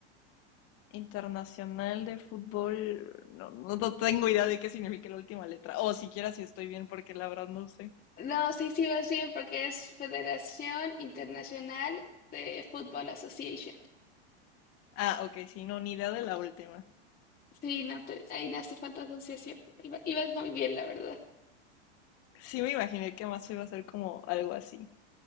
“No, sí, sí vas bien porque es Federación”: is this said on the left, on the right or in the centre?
Left